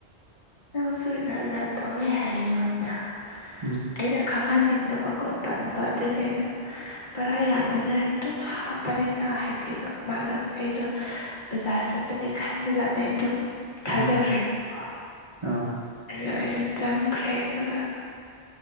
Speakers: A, on the left (about 45°); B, on the right (about 30°).
A: ꯅꯪꯁꯨꯖꯖꯥꯠ ꯊꯧꯔꯦ ꯍꯥꯏ ꯑꯩꯉꯣꯟꯗ
B: ꯎꯝ ꯎꯝ
A: ꯑꯩꯅ ꯈꯪ ꯈꯪꯍꯟꯅꯤꯡꯗꯕꯀꯣ ꯇꯟꯥꯟꯕ ꯑꯗꯨꯒꯤ ꯑꯩꯅ ꯔꯥ ꯌꯥꯝꯗꯅꯉꯥꯏ ꯑꯗꯨꯝ ꯍꯥꯞꯄꯅꯦꯗ ꯍꯥꯏꯕꯤꯔꯣ ꯃꯥꯗꯣ ꯑꯩꯗꯣ ꯕꯖꯥꯔ ꯆꯠꯄꯅꯦ ꯈꯟꯕ ꯖꯥꯠꯅꯦ ꯑꯗꯨꯝ ꯊꯥꯖꯈ꯭ꯔꯦꯕꯀꯣ
B: ꯎꯝ ꯑꯥ
A: ꯂ ꯑꯩꯁꯨ ꯆꯪꯈ꯭ꯔꯦ ꯑꯗꯨꯒ